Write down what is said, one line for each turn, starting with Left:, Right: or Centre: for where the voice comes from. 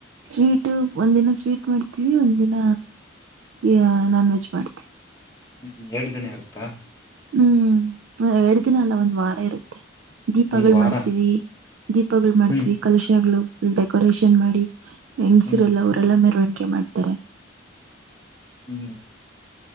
Right: ಸ್ವೀಟ ಒಂದಿನ ಸ್ವೀಟ್ ಮಾಡ್ತೀವಿ ಒಂದಿನ ಈ ನಾನ್ ವೆಜ್ ಮಾಡ್ತಿವಿ.
Left: ಹ್ಮ್ ಎರಡ ದಿನ ಇರುತ್ತಾ?
Right: ಹ್ಮ್ ಎರಡ ದಿನ ಅಲ್ಲ ಒಂದ್ ವಾರ ಇರುತ್ತೆ. ದೀಪಗಳು
Left: ಒಂದು ವಾರ
Right: ಮಾಡ್ತೀವಿ ದೀಪಗಳು ಮಾಡ್ತೀವಿ
Left: ಹ್ಮ್
Right: ಕಲಶಗಳು ಫುಲ್ ಡೆಕೋರೇಷನ್ ಮಾಡಿ ಹೆಂಗ್ಸರಲ್ಲ
Left: ಹ್ಮ್
Right: ಅವರೆಲ್ಲ ಮೆರವಣಿಗೆ ಮಾಡ್ತಾರೆ.
Left: ಹ್ಮ್